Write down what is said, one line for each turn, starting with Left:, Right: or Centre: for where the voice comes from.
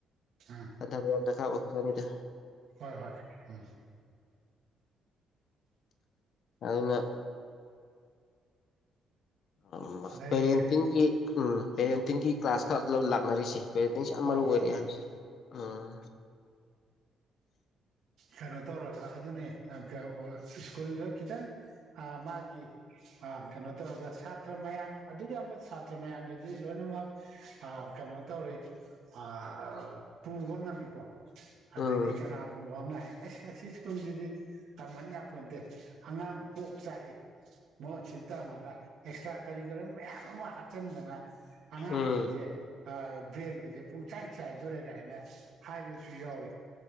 Right: ꯎꯝ
Left: ꯈꯟꯊꯕ ꯌꯥꯝ ꯗꯔꯀꯥꯔ ꯑꯣꯏꯕ ꯖꯥꯠꯅꯤꯗ
Right: ꯍꯣꯏ ꯍꯣꯏ ꯎꯝ
Left: ꯑꯗꯨꯅ ꯎꯝ
Right: ꯑꯗꯩ
Left: ꯄꯦꯔꯦꯟꯇꯤꯡꯒꯤ ꯎꯝ ꯄꯦꯔꯦꯟꯇꯤꯡꯒꯤ ꯀ꯭ꯂꯥꯁ ꯈꯛ ꯂꯧ ꯂꯥꯛꯅꯔꯤꯁꯦ ꯄꯦꯔꯦꯟꯇꯤꯡꯁꯦ ꯌꯥꯝ
Right: ꯑꯧ
Left: ꯃꯔꯨ ꯑꯣꯏꯔꯑꯦ
Right: ꯍꯣꯏ ꯍꯣꯏ
Left: ꯍꯥꯏꯕꯁꯦ ꯎꯝ <inaudible>
Right: ꯀꯅꯣ ꯇꯧꯔꯒ ꯑꯗꯨꯅꯦ <unintelligible> ꯁ꯭ꯀꯨꯜꯗ ꯈꯤꯇꯪ ꯑ ꯃꯥꯒꯤ ꯑ ꯀꯅꯣ ꯇꯧꯔꯒ ꯁꯥꯇ꯭ꯔ ꯃꯌꯥꯝ ꯑꯗꯨꯛ ꯌꯥꯝꯕ ꯁꯥꯇ꯭ꯔ ꯃꯌꯥꯝꯗꯨꯗꯤ ꯂꯣꯏꯅꯃꯛ ꯑꯥ ꯀꯅꯣ ꯇꯧꯔꯦ ꯑꯥ ꯄꯨꯕ ꯉꯝꯃꯤꯀꯣ ꯑꯗꯒꯤ
Left: ꯎꯝ
Right: ꯀꯅꯥ ꯒꯨꯝꯕꯅ ꯍꯥꯏ ꯑꯁ ꯑꯁꯤ ꯁ꯭ꯀꯨꯜꯖꯤꯗꯤ ꯇꯝꯍꯟ ꯌꯥꯄꯣꯟꯇꯦ ꯑꯉꯥꯡ ꯀꯣꯛ ꯆꯥꯛꯏ ꯃꯣꯏ ꯑꯁꯤꯗ ꯇꯝꯃꯒ ꯑꯦꯛꯁꯇ꯭ꯔꯥ ꯀꯔꯤ ꯀꯔꯝ ꯃꯌꯥꯝ ꯑꯃ ꯍꯥꯞꯆꯟꯗꯅ ꯑꯉꯥꯡꯖꯤꯡꯖꯦ
Left: ꯎꯝ
Right: ꯑ ꯕ꯭ꯔꯦꯟꯒꯖꯦ ꯄꯨꯡꯆꯥꯏ ꯆꯥꯏꯗꯣꯔꯦ ꯒꯥꯏꯅ ꯍꯥꯏꯕꯁꯨ ꯌꯥꯎꯋꯤ